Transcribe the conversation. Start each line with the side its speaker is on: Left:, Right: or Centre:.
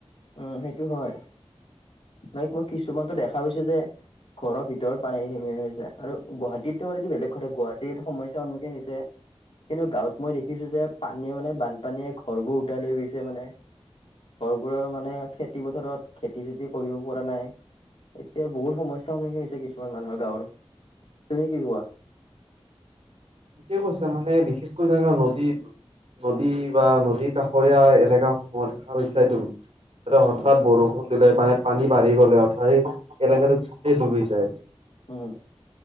Left: উম সেইটো হয় লাইক মই কিছুমানতো দেখা পাইছো যে ঘৰৰ ভিতৰত পাৰে <unintelligible> পানী হৈ‌ যায় আৰু গুৱাহাটীতোটো বেলেগ কথা গুৱাহাটীত সমস্যাৰ সন্মুখীন হৈছে কিন্তু গাঁৱত মই দেখিছো যে পানীয়ে মানে বানপানীয়ে ঘৰবোৰ উটাই লৈ গৈছে মানে <unintelligible> মানে খেতি পথাৰত খেতি চেতি কৰিব পৰা নাই এতিয়া বহুত সমস্যাৰ সন্মুখীন হৈছে কিছুমান মানুহৰ গাঁৱৰ তুমি কি কোৱা <inaudible>
Right: ঠিকে কৈছো মানে বিশেষকৈ যেনে নদীত নদী বা নদী কাষৰীয়া এলেকা সমূহত দেখা পাইছা তুমি এ হঠাৎ
Left: উম
Right: বৰষুণ মানে পানী বাঢ়ি গ'লে অথ এলেকাটো গোটেই ডুবি যায়।
Left: উম